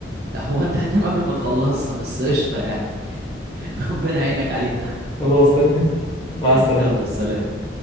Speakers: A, on the right; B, on the left.
A: هو انت هتنام قبل ما تخلصها بس قشطه يعني <laughs> ربنا يعينك عليها
B: خلاص تمام. مع
A: <laughs>
B: السلامه
A: يلا سلام